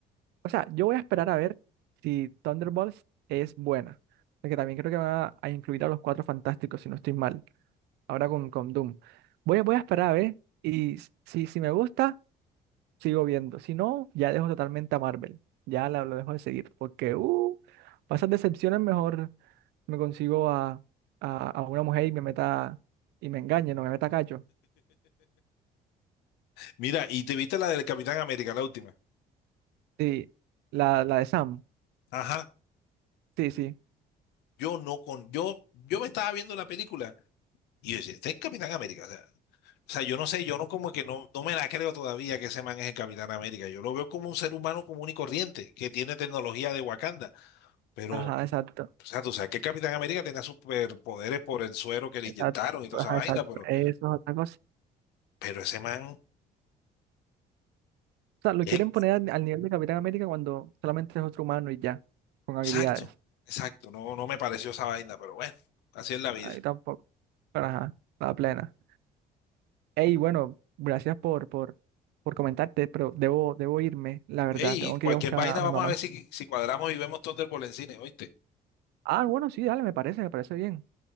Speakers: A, on the right (about 80°); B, on the left (about 80°).
A: o sea, yo voy a esperar a ver si Thunderbolts es buena, porque también creo que van a, a incluir a los Cuatro Fantásticos, si no estoy mal, ahora con, con Doom. Voy, a- voy a esperar a ver y si, si me gusta... sigo viendo. Si no, ya dejo totalmente a Marvel. Ya la, lo dejo de seguir. Porque, uh, para decepciones mejor me consigo a, a, a una mujer y me meta y me engañe, no me meta cacho.
B: Mira, y te viste la del Capitán América, la última.
A: Sí, la, la de Sam.
B: Ajá.
A: Sí, sí.
B: Yo no con, yo, yo me estaba viendo la película. Y yo decía, este es el Capitán América. O sea, o sea, yo no sé, yo no como que no, no me la creo todavía que ese man es el Capitán América. Yo lo veo como un ser humano común y corriente, que tiene tecnología de Wakanda. Pero,
A: Ajá,
B: o
A: exacto.
B: sea, tú sabes que el Capitán América tenía superpoderes por el suero que le
A: Exacto.
B: inyectaron y toda
A: Ajá,
B: esa vaina,
A: exacto.
B: pero,
A: Eso es otra cosa.
B: pero ese man,
A: O sea, lo
B: es-
A: quieren poner al, al nivel de Capitán América cuando solamente es otro humano y ya, con habilidades.
B: exacto, exacto, no, no me pareció esa vaina, pero bueno, así es la vida.
A: Ahí tampoco. Pero ajá, la plena. Hey, bueno, gracias por, por, por comentarte, pero debo, debo irme, la verdad.
B: Ey,
A: Tengo que
B: cualquier
A: ir a buscar
B: vaina,
A: a mi
B: vamos
A: mamá.
B: a ver si, si cuadramos y vemos Thunderbolt en cine, ¿oíste?
A: Ah, bueno, sí, dale, me parece, me parece bien.